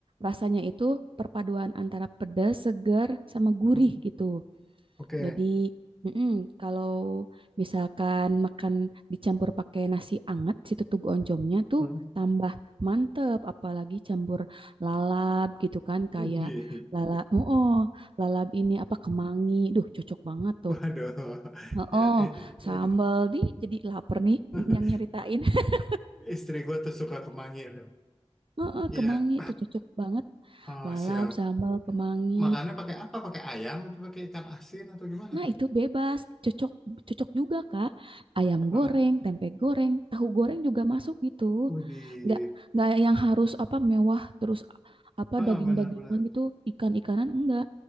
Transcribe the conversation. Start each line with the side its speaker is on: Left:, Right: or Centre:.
Right: rasanya itu perpaduan antara pedas, seger sama gurih
Centre: Hmm,
Right: gitu.
Centre: Oke.
Right: Jadi, mm-mm, kalau misalkan makan dicampur pakai nasi anget, si tutug oncomnya tuh
Centre: Hmm.
Right: tambah mantep, apalagi campur lalap gitu kan, kayak
Centre: Wih.
Right: lalap, oh, oh, lalap ini apa kemangi, duh cocok banget tuh.
Centre: Waduh. <laughs>
Right: Oh, oh,
Centre: Ya, i- i-
Right: sambal
Centre: i-
Right: di jadi lapar nih
Centre: <laughs>
Right: yang nyeritain. <laughs>
Centre: istri gue tuh suka kemangi. loh.
Right: Oh, oh,
Centre: Iya,
Right: kemangi tuh cocok banget.
Centre: oh,
Right: Lalap,
Centre: siap.
Right: sambal, kemangi.
Centre: Makannya pakai apa? Pakai ayam atau pakai ikan asin atau gimana
Right: Nah,
Centre: tuh?
Right: itu bebas, cocok cocok juga, Kak. Ayam
Centre: Ah,
Right: goreng, tempe goreng, tahu goreng juga masuk gitu.
Centre: wih.
Right: Nggak nggak yang harus apa mewah terus a- apa
Centre: Ah,
Right: daging-dagingan
Centre: benar-benar.
Right: gitu, ikan-ikanan enggak.